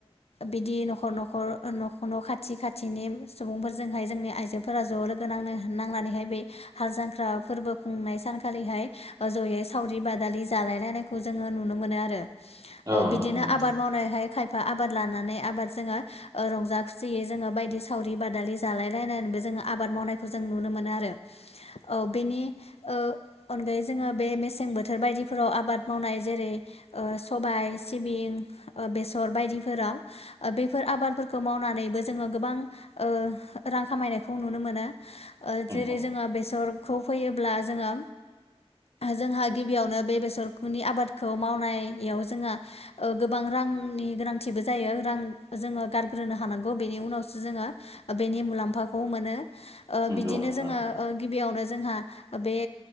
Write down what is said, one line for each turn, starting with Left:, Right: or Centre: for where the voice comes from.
Left: बिदि ओ न'खर न'खर कर' न'खर न' खाथि खाथिनि सुबुंफोरजोंहाय जोंनि आइजोफोरा ज' लोगो नांनो नांनानैहाय बे हाल जांख्रा फोरबो खुंनाय सानखालिहाय जयै सावरि बादालि जालाय लायनायज खौ जोङो नुनो मोनो आरो
Right: औ
Left: बिदिनो
Right: नोंथां नंगौ
Left: आबाद मावनायहाय आबाद लानानै आबाद जोंङो ओ रंजा खुसियै जोङो बायदि सावरि बादालि जालाय लायनानैबो जोङो आबाद मावनायखौ जों नुनो मोनो आरो औ बेनि ओ अनगायै जोङो बे मेसें बोथोर बायदिफोराव आबाद मावनाय जेरै ओ सबाय सिबिं ओ बेसर बायदिफोराव बे बेफोर आबादफोरखौ मावनानैबो जोङो गोबां ओ रां खामायनायखौ नुनो मोनो। ओ
Right: नंगौ
Left: जेरै जोङो बेसरखौ फैयोब्ला जोङो जोंहा गिबियावनो बे बेसरनि आबादखौ मावनायाव जोंहा ओ गोबां रांनि गोनांथिबो जायो रां जोङो गारग्रोनो हानांगौ बेनि उनावसो जोङो बेनि मुलाम्फाखौ मोनो
Right: नंगौ
Left: बिदिनो जोङो
Right: औ
Left: गिबियावनो जोंहा बे